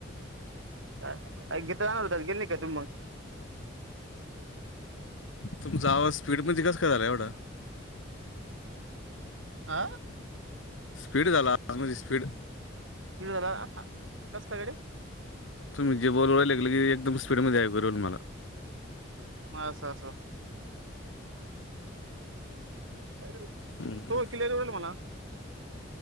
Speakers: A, on the right (about 80°); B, on the left (about 80°).
A: <unintelligible>
B: तुमचा आवाज स्पीड मध्ये कस काय झाला एवढा.
A: आ.
B: स्पीड झाला, म्हणजे स्पीड.
A: स्पीड झाला, कस काय रे?
B: तुम्ही जे बोल वयला लागेलं की एकदम स्पीडमध्ये <unintelligible> मला.
A: म असो असो. <unintelligible>
B: हम्म.
A: म्हणा